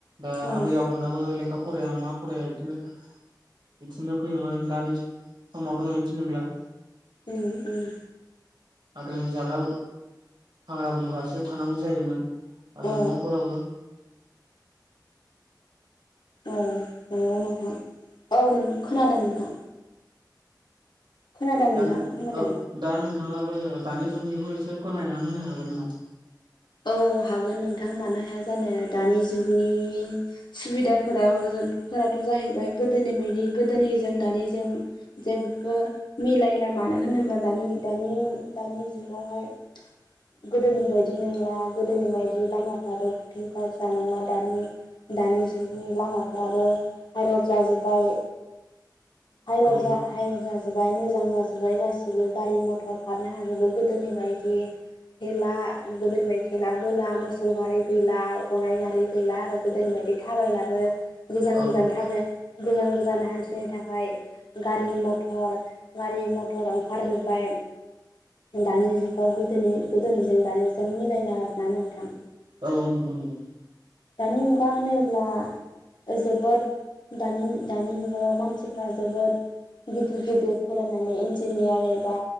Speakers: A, on the right; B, on the left.
A: दा
B: ओम
A: आबै आबौनाबो लेखा फराया मा फराया बिदिनो बिदिनो फैयोमोन दानि समावथ' इदि नोंला।
B: उम उम
A: आरो जाग्रा हाग्रा बंग्रासो थानांगौ जायोमोन। आरो
B: ओम औ
A: न'फोराव
B: औ नंगौ नोंथां औ नों खोनादों नोंथां। खोनादों
A: दा
B: नोंथां
A: नों
B: खोनादों
A: औ दा नों थाङाबो दानि जुगनिखौ एसे फोरमायनानै होनो हागोन नामा?
B: औ हागोन नोंथां मानो हाया जानो दानि जुगनि सुबिदाफोराव फोरथ' जाहैबाय गोदोनि बायदि गोदोनिजों दानिजों जेबो मिलायला मानो होनोबा दानि दानि दानि जुगावहाय गोदोनि बायदि नंला। आ गोदोनि बायदि लामाफ्राबो खुथु गसा नंला दानि दानि जुगनि लामाफ्राबो बा रत जाजोब्बाय। हाइरद
A: औ
B: जा हायरद जा जोबबाय मोजां जाजोबबाय गासिबो गारि मथर खारनो हाजोबो गोदोनि बायदि थेला गोदोनि बाय थेलाबोला मोसौ गारि गैला गराइ गारि गैला आरो गोदोनि बायदि थाबायलाबो गोजान
A: औ
B: गोजान थाबो गोजान गोजान हान्थिनो थाखाय गारि मथर गारि मथर ओंखारजोब्बाय दानि जुगाव गोदोनि गोदोनिजों दानिजों मिलायला आरोना नोंथां।
A: औ नंगौ नंगौ
B: दानि मुगा होनोब्ला जोबोद दानि दानि मुगाव मानसिफ्रा जोबोद गिदिर गिदिर फरायनानै इन्जिनियार एबा